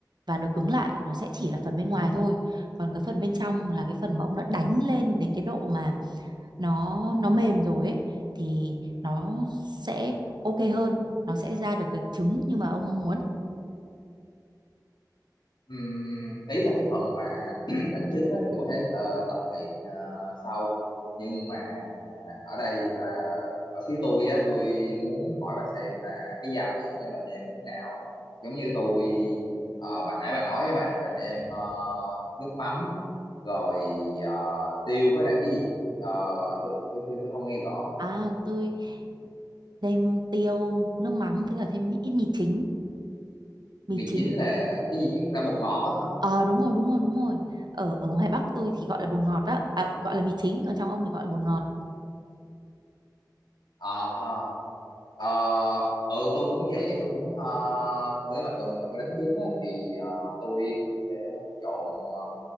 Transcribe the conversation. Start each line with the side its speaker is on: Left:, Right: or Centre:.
Right: và được cứng lại nó sẽ chỉ là phần bên ngoài thôi còn cái phần bên trong là cái phần mà ông đã đánh lên đến cái độ mà nó nó mềm rồi ấy thì nó sẽ ok hơn nó sẽ ra được cái trứng như mà ông mong muốn
Left: Ừm, ý là cái phần mà <clears throat> đánh trứng á thì tôi có thể ờ, tập luyện ờ, sau nhưng mà ở đây là ở phía tôi á tôi muốn hỏi bà xem là cái gia vị á bà nêm thế nào giống như tôi ờ, bà nãy bà nói á bà bà nêm ờ, nước mắm rồi ờ, tiêu với lại cái gì Ờ, tôi, tôi tôi tôi không nghe rõ
Right: à tôi thêm tiêu nước mắm với cả thêm ít mì chính mì
Left: mì
Right: chính
Left: chính là cái gì chứ là bột ngọt á hả
Right: Ờ đúng rồi đúng rồi đúng rồi ở ở ngoài Bắc tôi thì gọi là bồn ngọt đó à, gọi là mì chính còn trong ông thì gọi là bồn ngọt
Left: Ờ ờ. Ờ, ừ tôi cũng vậy tôi cũng ờ, thường mà thường mà tôi đánh trứng á, thì ờ, tôi cũng sẽ trộn ờ,